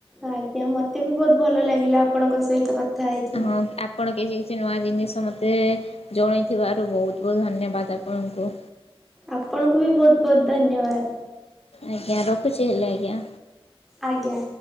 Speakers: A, in the centre; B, on the left.
A: ଆଜ୍ଞା ମତେ ବି ବହୁତ ଭଲ ଲାଗିଲା ଆପଣଙ୍କ ସହିତ କଥା ହେଇକି।
B: ହଁ ଆପଣ କିଛି କିଛି ନୂଆ ଜିନିଷ ମୋତେ ଜଣେଇଥିବାରୁ ବହୁତ ବହୁତ ଧନ୍ୟବାଦ ଆପଣଙ୍କୁ।
A: ଆପଣଙ୍କୁ ବି ବହୁତ ବହୁତ ଧନ୍ୟବାଦ।
B: ଆଜ୍ଞା ରଖୁଚି ହେଲେ ଆଜ୍ଞା।
A: ଆଜ୍ଞା।